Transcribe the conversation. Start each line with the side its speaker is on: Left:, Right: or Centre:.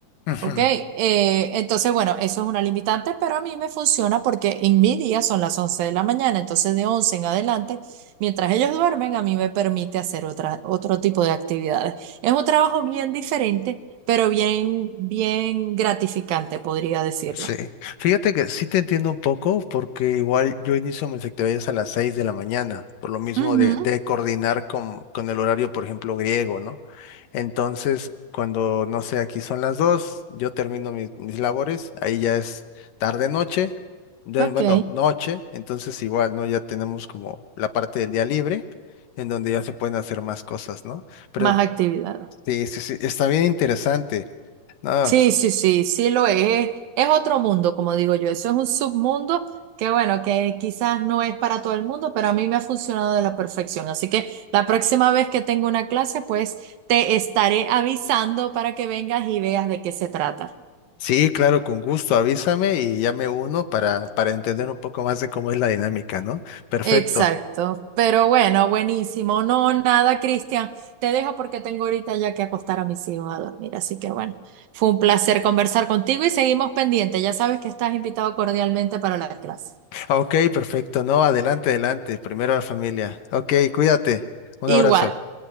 Left: ujú.
Right: Ok, eh, entonces bueno, eso es una limitante, pero a mí me funciona porque en mi día son las 11 de la mañana, entonces de 11 en adelante, mientras ellos duermen, a mí me permite hacer otra, otro tipo de actividades. Es un trabajo bien diferente, pero bien, bien gratificante, podría decirlo.
Left: Sí, fíjate que sí te entiendo un poco porque igual yo inicio mis actividades a las 6 de la mañana, por lo mismo
Right: Ujú,
Left: de, de coordinar con, con el horario, por ejemplo, griego, ¿no? Entonces, cuando, no sé, aquí son las 2 yo termino mis, mis labores, ahí ya es tarde noche, ya,
Right: Ok,
Left: bueno, noche, entonces igual, ¿no? Ya tenemos como la parte del día libre en donde ya se pueden hacer más cosas, ¿no? Pero
Right: más actividades.
Left: sí, sí, sí, está bien interesante, ¿no?
Right: Sí, sí, sí, sí lo es. Es otro mundo, como digo yo. Eso es un submundo que, bueno, que quizás no es para todo el mundo, pero a mí me ha funcionado de la perfección. Así que la próxima vez que tenga una clase, pues te estaré avisando para que vengas y veas de qué se trata.
Left: Sí, claro, con gusto, avísame y ya me uno para, para entender un poco más de cómo es la dinámica, ¿no? Perfecto.
Right: Exacto. Pero bueno, buenísimo. No, nada, Cristian. Te dejo porque tengo ahorita ya que acostar a mis hijos a dormir. Así que bueno, fue un placer conversar contigo y seguimos pendientes. Ya sabes que estás invitado cordialmente para la clase.
Left: Ok, perfecto. No, adelante, adelante. Primero la familia. Ok, cuídate. Un
Right: Igual.
Left: abrazo.